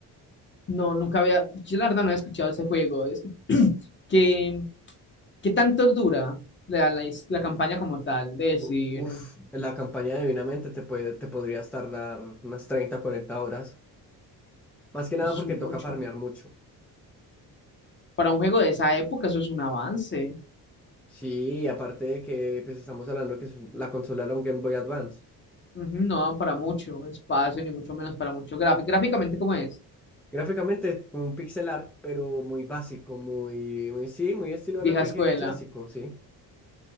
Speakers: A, on the left; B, in the centre.
A: no, nunca había, yo la verdad no había escuchado ese juego. Es que, <clears throat> ¿qué, qué tanto dura la, la, his- la campaña como tal? De decir,
B: U- Uf, en la campaña divinamente te puede, te podrías tardar unas 30 40 horas, más que nada
A: eso
B: porque
A: es mucho.
B: toca farmear mucho.
A: Para un juego de esa época, eso es un avance.
B: Sí, aparte de que pues estamos hablando que es un- la consola era un Game Boy Advance.
A: Ujú, No dan para mucho espacio, ni mucho menos para mucho gráfico. Gráficamente, ¿cómo es?
B: Gráficamente es un pixel art, pero muy básico, muy, muy sí, muy estilo
A: Vieja
B: RPG
A: escuela,
B: clásico, sí. Eh,